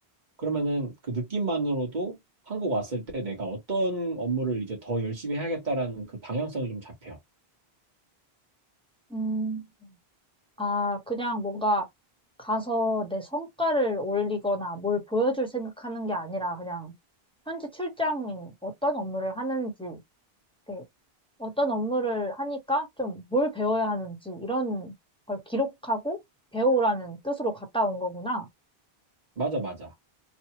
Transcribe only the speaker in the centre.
음. 아, 그냥 뭔가 가서 내 성과를 올리거나 뭘 보여줄 생각하는 게 아니라 그냥 현재 출장이 어떤 업무를 하는지, 네, 어떤 업무를 하니까 좀 뭘 배워야 하는지 이런 걸 기록하고 배우라는 뜻으로 갔다 온 거구나.